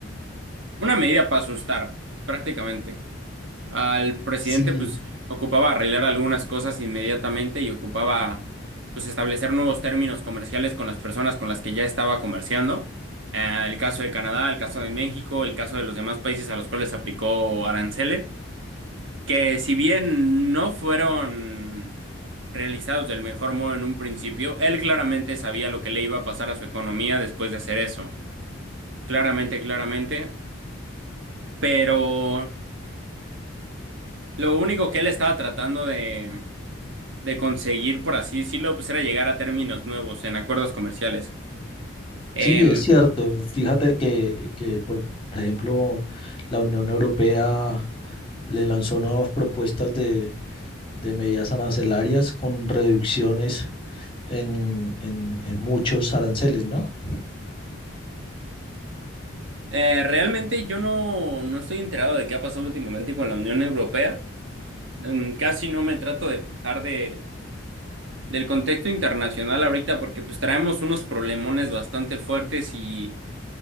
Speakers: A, on the right; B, on the left.
A: una medida para asustar, prácticamente. Al presidente
B: Sí,
A: pues ocupaba arreglar algunas cosas inmediatamente y ocupaba pues establecer nuevos términos comerciales con las personas con las que ya estaba comerciando. Eh, el caso de Canadá, el caso de México, el caso de los demás países a los cuales aplicó aranceles. que si bien no fueron realizados del mejor modo en un principio, él claramente sabía lo que le iba a pasar a su economía después de hacer eso. Claramente, claramente. Pero lo único que él estaba tratando de, de conseguir, por así decirlo, pues era llegar a términos nuevos en acuerdos comerciales. Em,
B: Sí, es cierto. Fíjate que, que, por ejemplo, la Unión Europea le lanzó nuevas propuestas de, de medidas arancelarias con reducciones en, en, en muchos aranceles, ¿no?
A: eh, realmente yo no, no estoy enterado de qué ha pasado últimamente con la Unión Europea. Em, casi no me trato de fijar de del contexto internacional ahorita porque pues traemos unos problemones bastante fuertes y